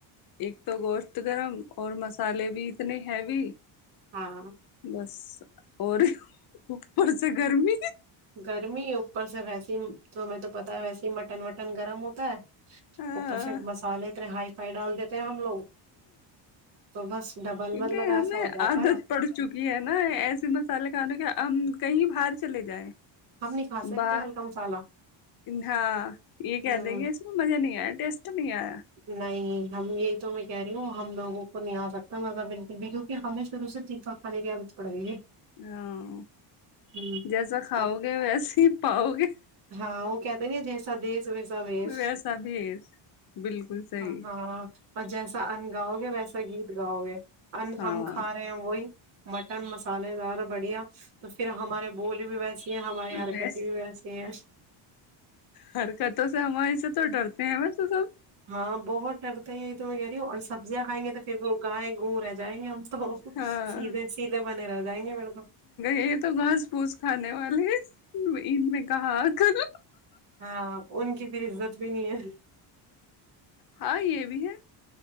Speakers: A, on the left; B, on the right.
A: ایک تو گوشت گرم اور مسالے بھی اتنے ہیوی
B: ہاں
A: بس اور اوپر سے گرمی
B: گرمی اوپر سے ویسیے تو میں تو پتا ویسے ہی مٹن و پن گرم ہوتا ہے
A: ہاں
B: ات سے مسالے اتنے ہائی سائی ڈال دیتے ہیں ہم لوگ تو بس ڈبل
A: کیونکہ
B: مطلب ایسا
A: ہمیں
B: ہو جاتا
A: عادت
B: ہے
A: پڑ چکی ہے نا ایسے مسالے کھانے کے ہم کہیں باہر چلے جائ
B: ہم نہیں کھا سکتے
A: باہ
B: ہلکا مسالہ
A: ہاں یہ کہ
B: ہوں
A: دیں گے اس میں مزہ نہیں آیا ٹیسٹ نہیں آیا
B: نہیں ہم یہی تو میں کہہ رہی ہوں ہم لوگوں کو نہیں آ سکتا مزہ بالکل بھی کیونکہ ہمیں شروع سے فا کانے کی آدت پڑ رہی ہے
A: ہاں
B: ہوں
A: جیسا کھاؤ
B: اب
A: گے ویسے ہی پاؤ گے
B: ہاں وہ کہتے ن جیسا دس ویسا وش
A: ویسا بھی ہے بالکل صحیح
B: ہاں اور جیسا انگاؤ گے ویسے گیت گاؤ گے ان
A: ہاں
B: ہم کھا رہے ہیں وہی مٹن مسالے دار بڑھیا تو پھر ہمارے بول بھی ویسے یہ ہماری حرکتییں
A: ویس
B: بھی ویس
A: حرکتوں سے ہمار اس تو ڈرتے ہیںا
B: ہاں بہت ڈرتے یہ تو میں کہہ رہی ہوں اور سبزیاں کھائیں گے تو پھر وہ گائےیں گو رہ جائیں گے ہم تو
A: ہاں
B: سیدھے سیدھے بنے رہ جائیں گے پھر تو
A: یہ تو گھاس پوس کھانے والے ان میں کہا کل
B: ہاں ان کی پھر عزت بھی نہیں ہے
A: ہاں یہ بھی ہے